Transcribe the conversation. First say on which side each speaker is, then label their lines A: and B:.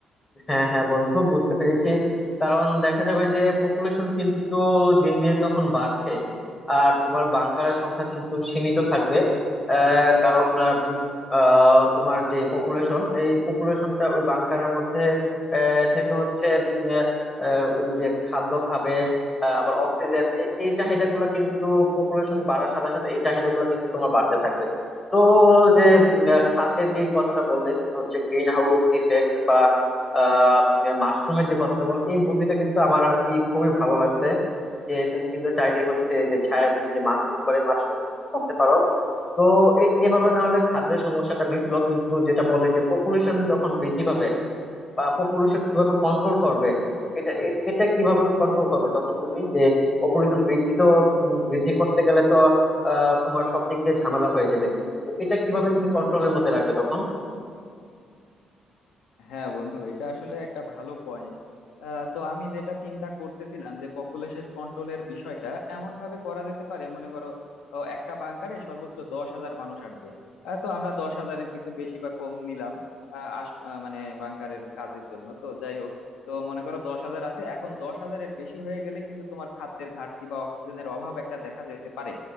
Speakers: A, on the left; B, on the left.
A: হ্যাঁ হ্যাঁ বন্ধু বুঝতে পেরেছি কারণ দেখা যাবে যে পপুলেশন কিন্তু দিন দিন তখন বাড়ছে আর তোমার বাংকারের সংখ্যা কিন্তু সীমিত থাকবে আহ, কারণ আহ, আহ, তোমার যে পপুলেশন এই পপুলেশনটা ওই বাংকারের মধ্যে আহ, থেকে হচ্ছে উম, আহ, আহ, ওই যে খাদ্য খাবে আহ, আবার অক্সিজেন এই চাহিদাগুলো কিন্তু পপুলেশন বাড়ার সাথে সাথে এই চাহিদাগুলো কিন্তু তোমার বাড়তে থাকবে তো যে উম, আহ, খাদ্যের যে কথাটা বললে তুমি হচ্ছে গ্রিন হাউস ইফেক্ট আহ মাশরুমের যে কথাটা বল এই বুদ্ধিটা কিন্তু আমার আর কি খুবই ভালো লাগছে যে তুমি কিন্তু চাইলে হচ্ছে যে ছায়ের মধ্যে যে মাশরুম করে মাশরুম কিন্তু করতে পারো তো এ- এভাবে না হলে খাদ্যের সমস্যাটা মিটলো কিন্তু যেটা বললে যে পপুলেশন যখন বৃদ্ধি পাবে বা পপুলেশন কিভাবে কন্ট্রোল করবে এটা এ- এটা কিভাবে কন্ট্রোল করবে তখন তুমি যে পপুলেশন বৃদ্ধি তো উম, বৃদ্ধি করতে গেলে তো আহ তোমার সব দিক দিয়ে ঝামেলা হয়ে যাবে তো এটা কিভাবে তুমি কন্ট্রোলের মধ্যে রাখবে তখন
B: হ্যাঁ বন্ধু এটা আসলে একটা ভালো পয়েন্ট তো আমি যেটা চিন্তা করতেছিলাম যে পপুলেশন কন্ট্রোলের বিষয়টা এমন ভাবে করা যেতে পারে মনে করো আহ, একটা বাংকারে সর্বোচ্চ দশ হাজার মানুষ আসবে আহ, তো আমরা দশ হাজারের কিছু বেশি বা কম নিলাম আহ, আস আহ, মানে বাংকারের কাজের জন্য তো যাই হোক তো মনে করো দশ হাজার আছে এখন দশ হাজারের বেশি হয়ে গেলে কিন্তু তোমার খাদ্যের ঘাটতি বা অক্সিজেনের অভাব একটা দেখা যেতে পারে